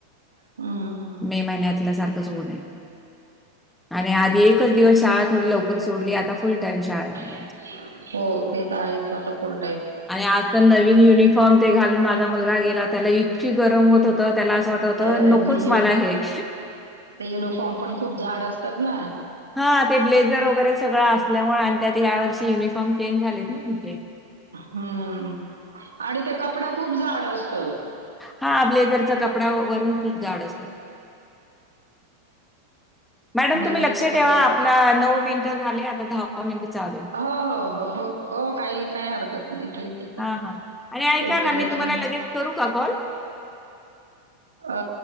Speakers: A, on the right; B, in the centre.
A: हम हम
B: म आध एक दिवस शाळा थ लव. सोडली आता फुल टाइम शाळेत.
A: हो ते तर आहेच आता पुढ.
B: आणि आज तर नवीन युनिफॉर्म ते घालून माझा मुलगा गेला त्याला इतकी गरम होत होत त्याला असं वाटत. तर
A: अ,
B: नकोच
A: ते युन
B: मला हे.
A: युनिफॉर्म पण खूप झाड असतात ना.
B: हा ते ब्लेजर वगैरे सगळं असल्यामुळे आणि त्यात ह्या वर्षी युनिफॉर्म चेंज झालेत ना तुचे.
A: हम्म आणि त्या कपड्या खूप झाड असत.
B: हा ब्लेझरचा कपडा वरून खूप झाड असेल. मॅडम
A: ब्लेझरचा
B: तुम्ही लक्ष
A: कपडा.
B: ठेवा आपला नऊ मिनिटं झाले आता दहावा मिनिट चाव देल.
A: हो हो हो हो हो काही काही हरकत नाही ठीक.
B: हां, हां. आणि ऐका
A: ठेव
B: ना
A: ते लागश.
B: मी तुम्हाला लगेच करू का कॉल?
A: अ